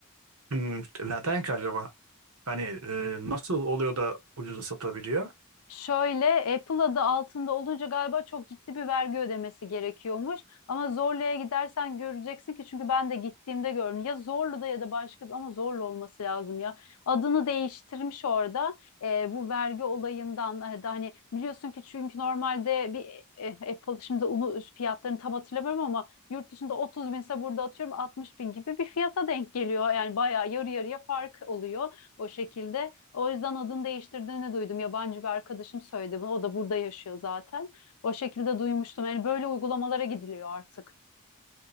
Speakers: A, on the right; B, on the left.
A: Hmm, neden ki acaba? Hani e, nasıl oluyor da ucuza satabiliyor?
B: Şöyle Apple adı altında olunca galiba çok ciddi bir vergi ödemesi gerekiyormuş. Ama Zorlu'ya gidersen göreceksin ki çünkü ben de gittiğimde gördüm. Ya Zorlu'da ya da başka bir ama Zorlu olması lazım ya. Adını değiştirmiş orada e, bu vergi olayından e, da hani biliyorsun ki çünkü normalde bir e, Apple şimdi onu fiyatlarını tam hatırlamıyorum ama yurt dışında 30 binse burada atıyorum 60 bin gibi bir fiyata denk geliyor. Yani bayağı yarı yarıya fark oluyor o şekilde. O yüzden adını değiştirdiğini duydum. Yabancı bir arkadaşım söyledi bunu. O da burada yaşıyor zaten. O şekilde duymuştum. Yani böyle uygulamalara gidiliyor artık.